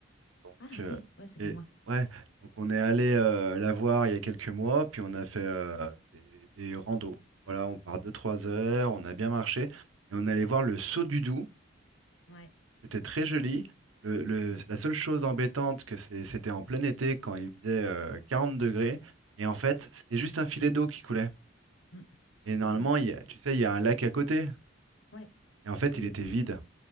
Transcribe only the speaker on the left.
Ah, OK.
Ouais, c'est
pas loin.
Ouais.
Mm,
mm,
mhm.
Ouais.
Oui,
oui.